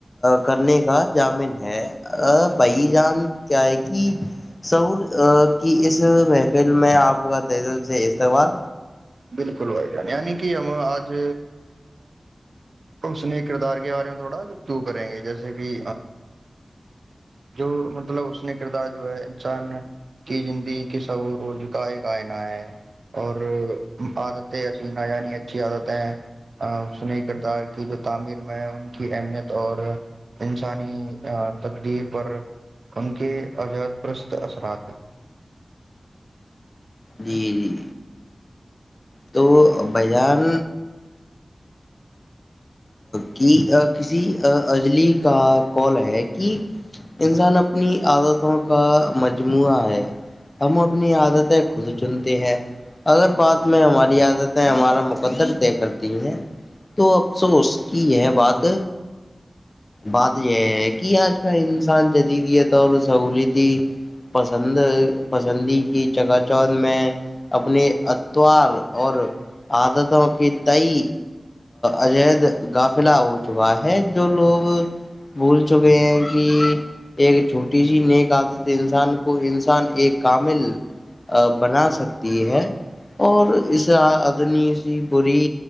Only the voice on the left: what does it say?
کرنے کا جامن ہے بھائی جان کیا ہے کہ سعور کی اس محفل میں آپ کا تل سے استعمال
جی جی تو بائیجان کہ کسی اجلی کا کال ہے کہ انسان اپنی عادتوں کا مجموعہ ہے ہم اپنی عادتیں خود چنتے ہیں اگر بات میں ہماری عادتیں ہمارا مقدر طے کرتی ہیں تو افسوس کی یہ بات بات یہ ہے کہ آج کل انسان جدیدی طور سہلیتی پسند پسندی کی چگا چوت میں اپنی اتوار اور عادتوں کے تئی عجید گافلہ ہو چکا ہے جو لوگ بھول چکے ہیں کہ ایک چھوٹی سی نیک آادت انسان کو انسان ایک کامل بنا سکتی ہے اور اسےدنی سی بری